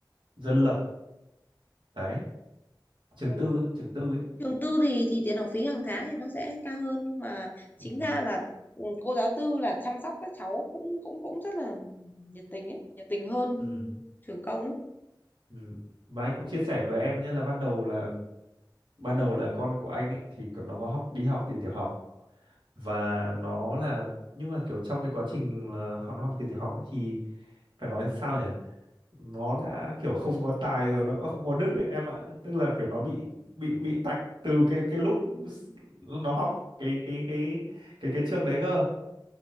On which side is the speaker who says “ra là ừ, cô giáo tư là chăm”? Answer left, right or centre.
Left